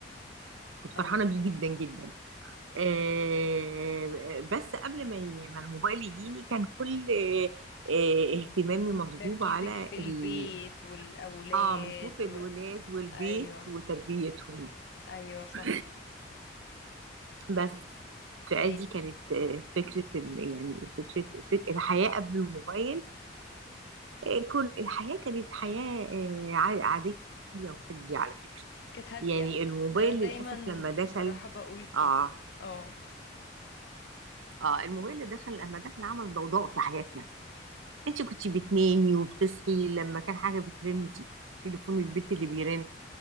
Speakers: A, on the right; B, on the left.
A: كنت
B: ايوه
A: فرحانة بيه جدا جدا آه، بس قبل ما ي- ما الموبايل يجيني كان كل آه، اهتمامي مصبوب
B: تركيزك
A: على
B: في البيت
A: ال...
B: والأولاد
A: اه مصروف الولاد
B: و...
A: والبيت
B: ايوه
A: وتربيتهم
B: ايوه صح
A: <coughs> بس فأدي
B: طيب
A: كانت آه، فكرة ال... يعني فكرة فك... الحياة قبل الموبايل آه، كل الحياة كانت حياة آه، ع- عادية وهادية على فكرة
B: كانت هادية
A: يعني الموبايل
B: انا دايما
A: للأسف لما دخل
B: بصراحة بقول كده
A: اه
B: اه
A: اه الموبايل اللي دخل لما دخل عمل ضوضاء في حياتنا انت كنتي بتنامي وبتصحي لما كان حاجه بترن تي- تليفون البيت اللي بيرن